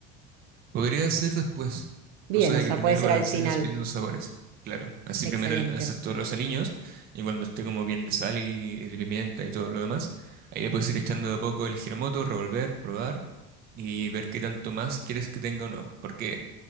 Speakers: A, on the right; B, on the right.
A: Podría hacer después,
B: Bien,
A: cosa de
B: o sea,
A: que primero
B: puede ser
A: balancees
B: al final.
A: bien los sabores. Claro, así
B: Excelente.
A: primero le haces todos los aliños y cuando esté como bien de sal y y de pimienta y todo lo demás, ahí le puedes ir echando de a poco el giramoto, revolver, probar y ver qué tanto más quieres que tenga o no. Porque